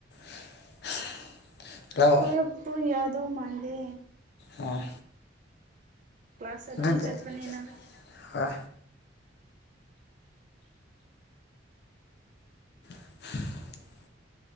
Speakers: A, on the left; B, on the right.
A: <inaudible> ꯂꯧ
B: ꯀꯣꯠ ꯄꯨꯡ ꯌꯥꯗꯧ ꯃꯥꯥꯟꯗꯦ
A: ꯑꯥ
B: ꯀ꯭ꯂꯥꯁ ꯑꯗꯨꯝ
A: ꯑꯗꯨꯗꯤ
B: ꯆꯠꯄꯅꯦꯅ
A: ꯍꯣꯏ <inaudible>